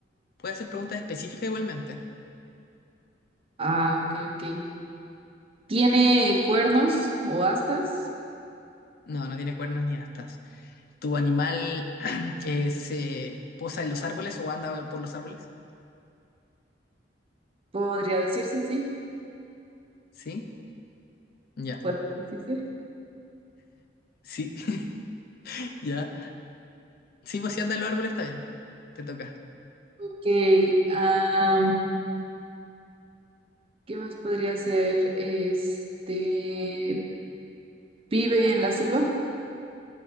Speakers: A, on the left (about 55°); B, on the right (about 30°).
A: ¿Puede ser pregunta específica igualmente?
B: ah, ok, ok. ¿Tiene cuernos o astas?
A: No, no tiene cuernos ni astas. ¿Tu animal <clears throat> eh, se posa en los árboles o anda por los árboles?
B: Podría decirse, sí,
A: ¿Sí? Ya.
B: podría decirse.
A: ¿Sí? <laughs> ¿Ya? Sí, pues si andas en los árboles está bien. Te toca.
B: Ok, am, ¿qué más podría ser? Este, ¿vive en la selva?